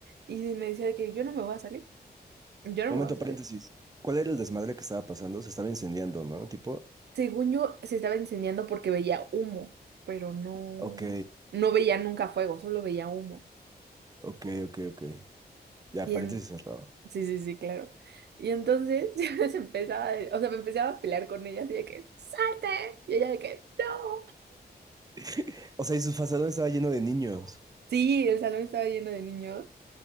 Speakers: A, on the right; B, on the right.
A: Y me decía de que yo no me voy a salir, yo no
B: Momento,
A: me voy a salir.
B: paréntesis. ¿Cuál era el desmadre que estaba pasando? Se estaba incendiando, ¿no? Tipo,
A: Según yo, se estaba incendiando porque veía humo, pero no,
B: ok,
A: no veía nunca fuego, solo veía humo.
B: ok, ok, ok. Ya,
A: Y
B: paréntesis
A: en...
B: cerrado.
A: Sí, sí, sí, claro. Y entonces <laughs> yo les empezaba, a de- o sea, me empezaba a pelear con ella así de que, ¡salte! Y ella de que, ¡no!
B: <laughs> O sea, y su fazadón estaba lleno de niños.
A: Sí, el salón estaba lleno de niños.